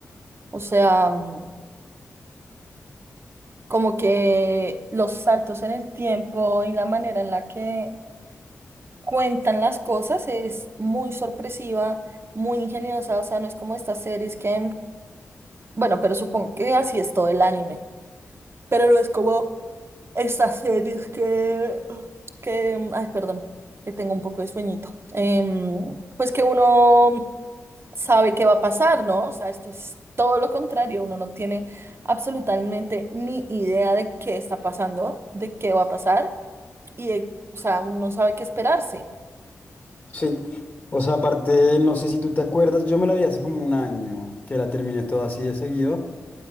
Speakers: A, on the right; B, on the left.
A: O sea, mm, como que los saltos en el tiempo y la manera en la que cuentan las cosas es muy sorpresiva, muy ingeniosa. O sea, no es como estas series que, mm, bueno, pero supongo que así es todo el anime. Pero no es como estas series que, que, ay, perdón, que tengo un poco de sueñito, Em, pues que uno sabe qué va a pasar, ¿no? O sea, esto es todo lo contrario, uno no tiene absolutamente ni idea de qué está pasando, de qué va a pasar y de, o sea, uno no sabe qué esperarse.
B: Sí, o sea, aparte, no sé si tú te acuerdas, yo me la vi hace como un año que la terminé toda así de seguido,